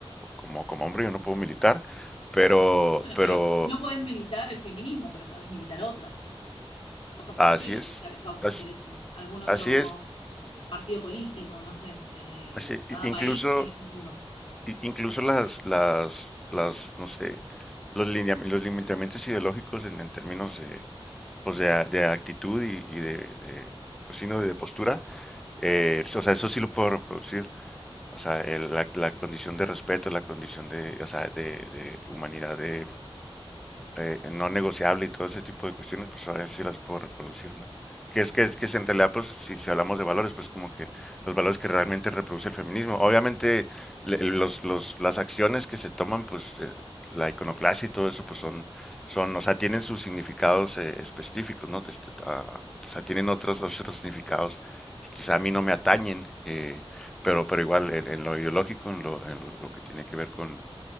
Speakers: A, in the centre; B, on the left.
A: como, como hombre yo no puedo militar, pero,
B: bueno,
A: pero
B: pero no podés militar el feminismo, pero podés militar otras, otras
A: así
B: cuestiones
A: es,
B: sociales que a vos
A: as-
B: te interesen. Algún otro
A: así es,
B: partido político, no sé. Eh,
A: así,
B: cada
A: incluso
B: país tiene su mundo.
A: i- incluso las, las, las, no sé, los, lineam- los limitamientos ideológicos en, en términos de, pues de, a- de actitud y, y de, de, pues sí, ¿no? de postura, eh, o sea, eso sí lo puedo reproducir. O sea, el- la, la condición de respeto, la condición de, o sea, de, de humanidad de, eh, no negociable y todo ese tipo de cuestiones, pues ahora si las puedo reproducir, ¿no? Que es que, es que es en realidad, pues, si, si hablamos de valores, pues como que los valores que realmente reproduce el feminismo. Obviamente, le- los, los, las acciones que se toman, pues, eh, la iconoclasia y todo eso, pues son, son, o sea, tienen sus significados eh, específicos, ¿no? Este, ah, o sea, tienen otros, otros significados que quizá a mí no me atañen, eh, pero, pero igual en, en lo ideológico, en lo, en lo que tiene que ver con,